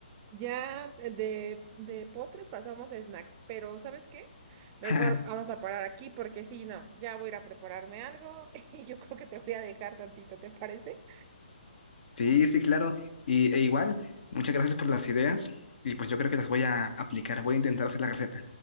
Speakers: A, on the right; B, on the left.
A: Ya eh, de, de postres pasamos a snacks, pero ¿sabes qué? Mejor
B: <laughs>
A: vamos a parar aquí porque si no, ya voy a ir a prepararme algo <laughs> y yo creo que te voy a dejar tantito, ¿te parece?
B: Sí, sí, claro. Y, e igual, muchas gracias por las ideas y pues yo creo que las voy a aplicar, voy a intentar hacer la receta.